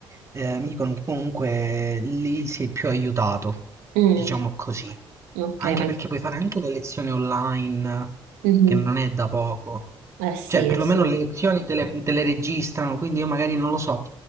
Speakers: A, on the right; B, on the right.
A: eh, mi dicono che comunque lì sei più aiutato,
B: Mm,
A: diciamo così.
B: ok,
A: Anche
B: ma...
A: perché puoi fare anche le lezioni online,
B: Mhm.
A: che non è da poco.
B: Eh sì,
A: Cioè, perlomeno
B: eh sì,
A: le lezioni te le, te le registrano, quindi io magari non lo so.